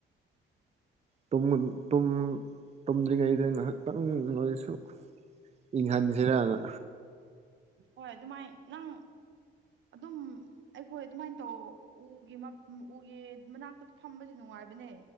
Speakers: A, on the right; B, on the right.
A: ꯇꯨꯝ ꯇꯨꯝ ꯇꯨꯝꯗ꯭ꯔꯤꯉꯩꯗ ꯉꯥꯏꯍꯥꯛꯇꯪ ꯅꯣꯏꯁꯨ ꯏꯪꯍꯟꯁꯤꯔꯅ
B: ꯍꯣꯏ ꯑꯗꯨꯃꯥꯏ ꯅꯪ ꯑꯗꯨꯝ ꯑꯩꯈꯣꯏ ꯑꯗꯨꯃꯥꯏꯟ ꯇꯧ ꯎꯒꯤ ꯃꯥ ꯎꯒꯤ ꯃꯅꯥꯛꯇ ꯐꯝꯕꯁꯦ ꯅꯨꯡꯉꯥꯏ ꯅꯨꯡꯉꯥꯏꯕꯅꯦ